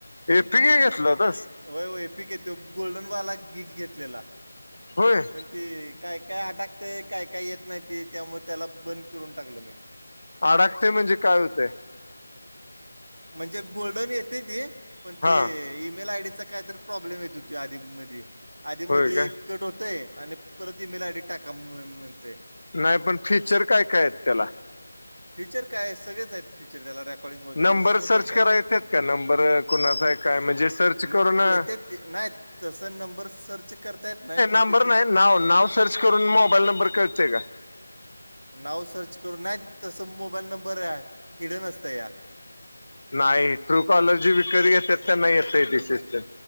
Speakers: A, on the left (about 60°); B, on the right (about 80°).
A: ए पी के घेतला होतास.
B: होय होय ए पी के तो गोल्डन वाला गी घेतलेला
A: होय.
B: पण ते काय काय अटाकतय काय काय येत नाही ते त्यामुळं त्याला बंद करून टाकलं मी
A: अडाकतंय म्हणजे काय हुतंय.
B: म्हणजे गोल्डन येतय ते पण ते
A: हा
B: ईमेल आयडीच काय तर प्रॉब्लेम येत होते आधीमध्ये.. आधीमध्ये
A: होय का
B: कट होतय आणि परत ई-मेल आय-डी टाका म्ह, म्हणतंय
A: नाही पण फीच्चर काय काय आहेत त्याला
B: फीच्चर काय आहेत.. सगळेच आहेत फिच्चर त्याला..... कॉलिंग वगैरे
A: नंबर
B: सगळंच
A: सर्च
B: हायेत त्याला
A: करा येतात का नंबर कुणाचा आहे काय म्हणजे सर्च
B: न
A: करून
B: येत्यात ती नाहीत.. तस नंबर सर्च करता येत नाही पण....
A: नंबर
B: तिथे
A: नाही नाव नाव सर्च करून मोबाईल नंबर कळतय का?
B: नाव सर्च करून नाही तसं मोबाईल नंबर आहे हिडन असतंय या....
A: नाही ट्रू कॉलर जी विकतं घेत्यात त्याना येतंय ते फिच्चर..